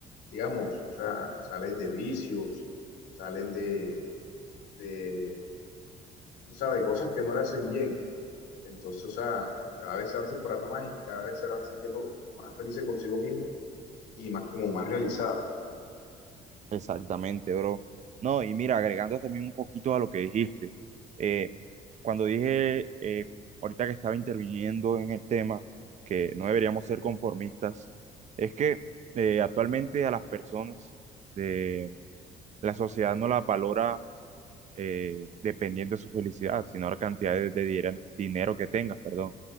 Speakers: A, on the left; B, on the right.
A: digamos, o sea, salen de vicios, salen de, de, o sea, de cosas que no le hacen bien. Entonces, o sea, cada vez se van separando más y cada vez se van sintiendo más felices consigo mismos y más como más realizadas.
B: Exactamente, bro. No, y mira, agregando también un poquito a lo que dijiste, eh, cuando dije eh, ahorita que estaba interviniendo en el tema, que no deberíamos ser conformistas, es que eh, actualmente a las personas de la sociedad no las valora eh, dependiendo de su felicidad, sino la cantidad de, de diera- dinero que tengas, perdón. O